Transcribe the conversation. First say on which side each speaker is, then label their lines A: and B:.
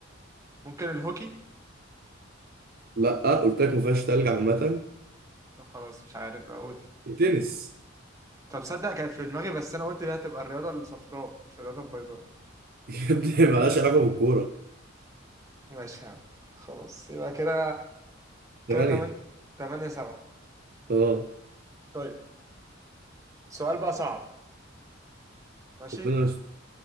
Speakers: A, on the right; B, on the right.
A: ممكن الهوكي؟
B: لا آه، قلت لك ما فيهاش تلج عامه
A: طب خلاص مش عارف أقول
B: التنس
A: طب صدق كان في دماغي بس أنا قلت دي هتبقى الرياضة الصفراء مش الرياضة البيضاء
B: <laughs> يا ابني مالهاش علاقه بالكوره
A: ماشي يا عم خلاص يبقى كده كده
B: ثمانيه
A: تمن تمانية سبعة
B: اه
A: طيب سؤال بقى صعب ماشي
B: ربنا مش